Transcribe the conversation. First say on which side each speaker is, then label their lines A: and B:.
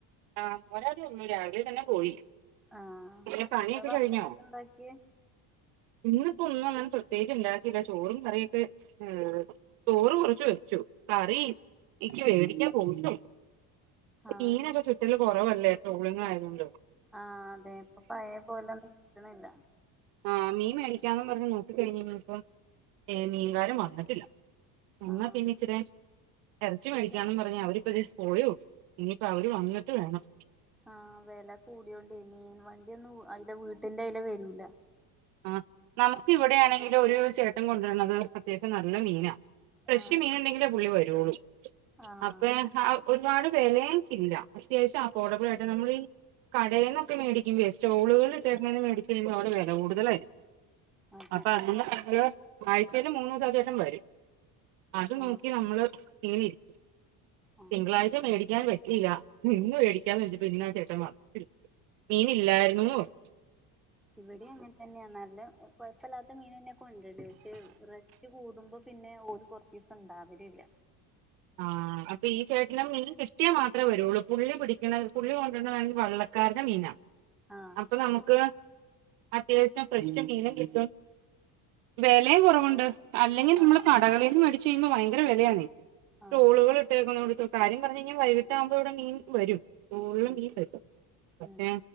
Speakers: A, on the right; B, in the centre.
A: ആ ഒരാൾത് <unintelligible> തന്നെ പോയി
B: ആഹ്
A: പിന്നെ പണിയൊക്കെ
B: എന്താ ഭക്ഷണൊക്കെ
A: കഴിഞ്ഞോ?
B: ഇണ്ടാക്കിയെ
A: ഇന്ന് പ്പൊന്നും ങ്ങ പ്രത്യേകിച്ച് ണ്ടാക്കില്ല ചോറും കറിയൊക്കെ ഏ ചോറ് കുറച്ച് വെച്ചു കറി ഇ ക്ക് വേടിക്കാൻ പോയിറ്റോ
B: ആഹ്
A: മീനൊക്കെ ചുറ്റൽല് കൊറവല്ലേ ട്രോളിംഗ് ആയതൊണ്ട്
B: ആ അതെ ഇപ്പൊ പയേ പോലൊന്നും കിട്ട് ണില്ല.
A: ആ മീൻ മേടിക്കാന്ന് പർഞ് നോക്കിക്കയ്ഞ്ഞീഞ്ഞിപ്പം ഏ മീൻകാരും വന്നിട്ടില്ല. എന്നാ
B: ആഹ്
A: പിന്നിച്റേ ഇറച്ചി മേടിക്കാന്ന്
B: ഇന്ന്
A: പറഞ് അവരിപ്പതെ പോയോ. ഇനിയിപ്പോ അവര് വന്നിട്ട് വേണം
B: ആ വെല കൂടിയോണ്ടേ മീൻ വണ്ടിയൊന്നും ഉ ഐലെ വീട്ടിന്റെ അയിലെ വരൂല.
A: ആ നമുക്ക് ഇവിടെയാണെങ്കിലും ഒരു ചേട്ടൻ കൊണ്ടര്ന്നത് അത്യാവശ്യം നല്ല മീനാ. ഫ്രഷ്
B: ആഹ്
A: മീന്ണ്ടെങ്കില് പുള്ളി വരോളു.
B: ആഹ്
A: അപ്പയാ ഹാഹ് ഒരുപാട് വെലേം ഇല്ല. അത്യാവശ്യം അഫോർഡബിൾ ആയിട്ട് നമ്മളീ കടേന്നൊക്കെ മേടിക്ക്മ്പൊ സ്റ്റോളുകള് ചേര്ന്ന്ന്ന് <unintelligible> <unintelligible>
B: അതെ
A: അപ്പൊ <unintelligible> ആഴ്ചേല് മൂന്നൂസം ആ ചേട്ടൻ വരും. അത് നോക്കി
B: ആഹ്
A: നമ്മള് <unintelligible>
B: ആഹ്
A: തിങ്കളാഴ്ച മേടിക്കാൻവരും. ഇല്ല ഇന്ന് മേടിക്കാൻ വച്ചപ്പ ഇന്നാ ചേട്ടൻ വാന്നിട്ടില് മീന് ഇല്ലായിരുന്നുന്ന് പർഞു
B: ഇവടെ അങ്ങൻ തന്നെയാ. നല്ല ഹ് കൊയപ്പല്ലാത്ത മീനന്നെ കൊണ്ടര്ല് പക്ഷെ റൈട് കൂടും. മ്പൊ പിന്നെ ഓല് കൊർചീസം ണ്ടാവല് ല്ല
A: ആ ആ അപ്പൊ ഈ ചേട്ടൻെ മീൻ കിട്ടിയാ മാത്രേ വരുള്ളൂ. പുള്ളി പിടിക്കണെ പുള്ളി കൊണ്ട്ര്താണങ്കി വള്ളക്കാരുടെ മീനാ.
B: ആഹ്
A: അപ്പൊ നമുക്ക് അത്യാവശ്യം ഫ്രഷ് മീനും കിട്ടും വെലേം കൊറവുണ്ട്. അല്ലെങ്കിൽ നമ്മള്
B: ആഹ്
A: കടകളിൽ
B: ആഹ്
A: നിന്ന് മേടിച്ച് കഴുമ്പോ ഭയങ്കര വെലയാണ്
B: ആഹ്
A: ടോളുകൾ ഇട്ടേ ക്കുന്നടുത് കാര്യം പർഞ്ഞഴിഞ്ഞാ വൈകീട്ടാകുമ്പോൾ ഇവിടെ മീൻ വരും <unintelligible>
B: ഉം ഉം